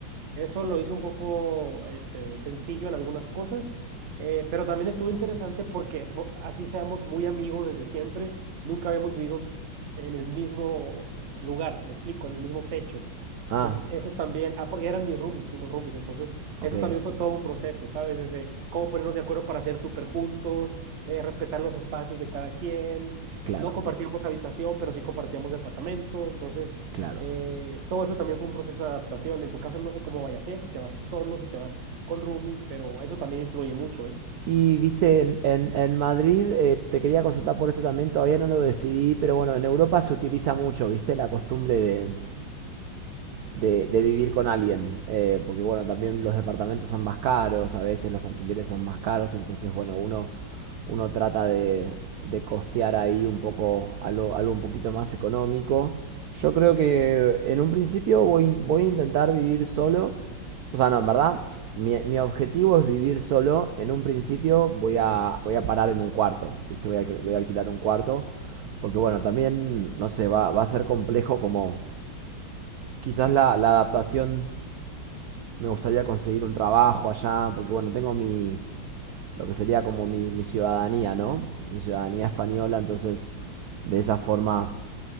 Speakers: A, on the right (about 50°); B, on the right (about 85°).
A: Eso lo hizo un poco este, sencillo en algunas cosas, eh, pero también estuvo interesante porque po- así seamos muy amigos desde siempre, nunca habíamos vivido en el mismo lugar, me explico, en el mismo techo.
B: Ah,
A: Entonces, eso también, ah, porque eran mis roomies, fuimos roomies, entonces
B: ok.
A: eso también fue todo un proceso, ¿sabes? Desde cómo ponernos de acuerdo para ser súper juntos, eh, respetar los espacios de cada quien,
B: Claro,
A: no compartíamos habitación, pero sí compartíamos departamento, entonces
B: claro.
A: eh, todo eso también fue un proceso de adaptación. En tu caso no sé cómo vaya a ser, si te vas tú solo, si te vas con roomies, pero eso también influye mucho, ¿eh?
B: Y viste, en, en- en Madrid, eh, te quería consultar por eso también, todavía no lo decidí, pero bueno, en Europa se utiliza mucho, viste, la costumbre de, de, de vivir con alguien, eh, porque bueno, también los departamentos son más caros, a veces los alquileres son más caros, entonces bueno, uno, uno trata de, de costear ahí un poco algo, algo un poquito más económico. Yo creo que en un principio voy, voy a intentar vivir solo, o sea, no, en verdad, mi, mi objetivo es vivir solo, en un principio voy a, voy a parar en un cuarto, ¿viste? Voy a, voy a alquilar un cuarto, porque bueno, también, no sé, va, va a ser complejo como Quizás la, la adaptación me gustaría conseguir un trabajo allá, porque bueno, tengo mi, lo que sería como mi, mi ciudadanía, ¿no? Mi ciudadanía española, entonces de esa forma